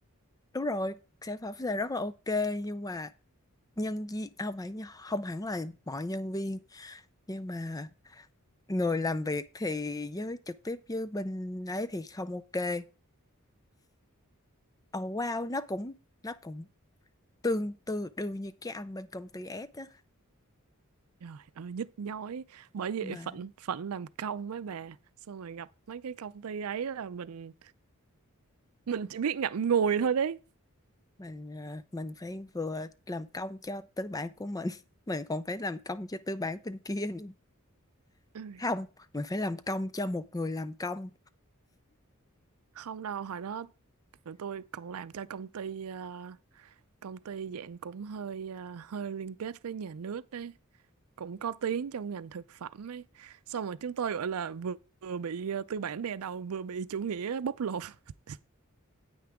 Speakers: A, on the left; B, on the right.
A: đúng rồi sản phẩm sẽ rất là ok nhưng mà nhân viên không phải không hẳn là mọi nhân viên nhưng mà người làm việc thì với trực tiếp với bên ấy thì không ok oh wow nó cũng nó cũng tương tự đương như cái anh bên công ty S á
B: Trời ơi nhức nhối bởi vì
A: mà
B: phận phận làm công mấy bà xong rồi gặp mấy cái công ty ấy là mình mình chỉ biết ngậm ngùi thôi đấy
A: mình ờ, mình phải vừa làm công cho tư bản của mình <laughs> mình còn phải làm công cho tư bản bên kia nữa
B: ừ.
A: không mình phải làm công cho một người làm công
B: không đâu hồi đó tụi tôi còn làm cho công ty ờ, công ty dạng cũng hơi ờ, hơi liên kết với nhà nước đấy cũng có tiếng trong ngành thực phẩm ấy xong rồi chúng tôi gọi là vừa, vừa bị ờ, tư bản đè đầu vừa bị chủ nghĩa bóc lột <laughs>